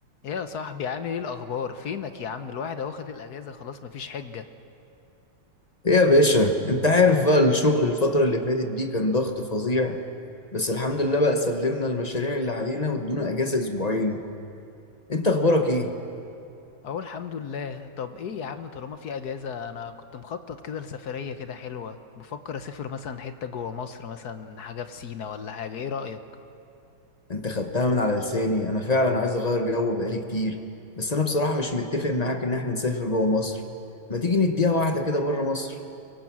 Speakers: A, on the left; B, on the left.
A: ايه يا صاحبي عامل ايه الاخبار فينك يا عم الواحد اهو خد الاجازه خلاص مفيش حجه
B: ايه يا باشا انت عارف بقى الشغل الفترة اللي فاتت دي كان ضغط فظيع بس الحمد لله بقى سلمنا المشاريع اللي علينا وادونا اجازة اسبوعين انت اخبارك ايه
A: اهو الحمد لله طب ايه يا عم طالما في اجازه انا كنت مخطط كده لسفريه كده حلوه بفكر اسافر مثلا حته جوه مصر مثلا حاجه في سينا ولا حاجه ايه رايك
B: انت خدتها من على لساني انا فعلا عايز اغير جو بقالي كتير بس انا بصراحة مش متفق معاك ان احنا نسافر جوه مصر ما تيجي نديها واحدة كده بره مصر